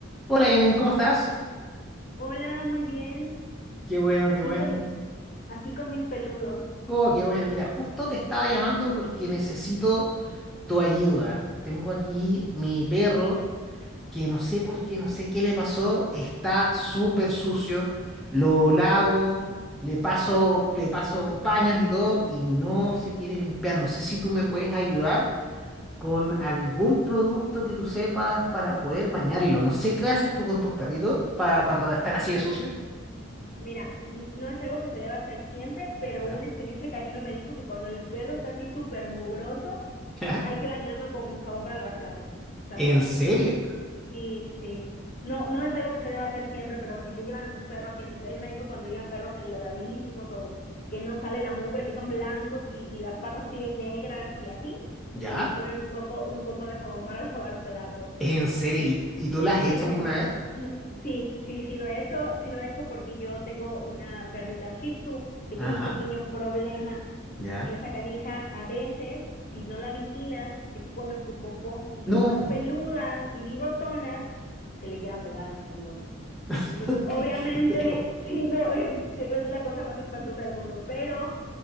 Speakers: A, in the centre; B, on the left.
A: Hola Yanin, ¿cómo estás?
B: Hola, muy bien.
A: Qué bueno,
B: Aquí
A: qué bueno.
B: con, aquí con mis peludos.
A: Oh, qué bueno. Mira, justo te estaba llamando porque necesito tu ayuda. Tengo aquí mi perro que no sé por qué, no sé qué le pasó. Está súper sucio. Lo lavo, le paso, le paso paños y todo y no se quiere limpiar. No sé si tú me puedes ayudar con algún producto que tú sepas para poder bañarlo. No sé qué haces tú con tus perritos para cuando están así de sucios.
B: Mira, n- no es algo que se deba hacer siempre, pero
A: ¿Ah?
B: un estilista canino me dijo que cuando el perro está así súper mugroso,
A: <laughs>
B: hay que bañarlo con jabón para lavar platos. O sea,
A: ¿En
B: con,
A: serio?
B: con, sí, sí. No, no es algo que se deba hacer siempre, pero si te llevan un perro así, él él me dijo cuando le llevan perros enlodadísimos o que no sale la mugre, que son blancos y, y las patas siguen negras y así,
A: ¿Ya?
B: que les ponen un poco, un poco de jabón para <laughs> lavar platos.
A: ¿En serio?
B: Sí,
A: ¿Y, y tú las has
B: Sí,
A: hecho alguna
B: eh,
A: vez?
B: no, sí, sí, sí lo he hecho, sí lo he hecho porque yo tengo una perrita Shih Tzu que
A: Ajá,
B: tiene un pequeño problema.
A: ya.
B: Esa canija a veces, si no la vigilas, se come su popó y
A: No,
B: como es peluda y bigotona, se le queda pegada en los bigotes.
A: <laughs>
B: Entonces,
A: no te
B: obviamente,
A: creo.
B: <laughs> sí, no, es, es la cosa más espantosa del mundo, pero